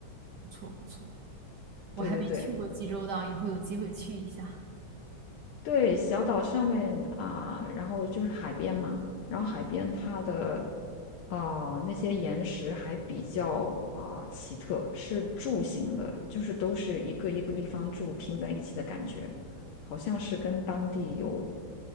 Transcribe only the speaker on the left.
对对对。
对，小岛上面啊、然后就是海边嘛，然后海边它的
呃那些岩石还比较啊、奇特，是柱形的，就是都是一个一个立方柱拼在一起的感觉，好像是跟当地有